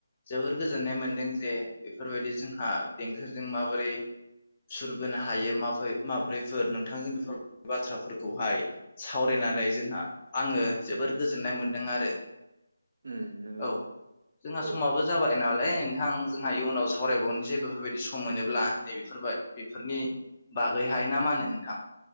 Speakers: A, on the left; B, on the right.
A: जोबोर गोजोननाय मोन्दों जे बेफोरबायदि जोंहा देंखोजों माबोरै सुरबोनो हायो म माब्रैफोर नोंथांजों बेफोर बाथ्राफोरखौहाय सावरायनानै जोंहा आङो जोबोर गोजोननाय मोनदों आरो
B: उम नंगौ
A: औ जोंहा समाबो
B: औ
A: ज जाबाय नामालाय नोंथां जोंहा इयुनाव सावरायबावनोसै बेफोरबायदि सम मोनोब्ला नै बेफोरबाय बेफोरनि बागैहाय ना मा होनो नोंथां?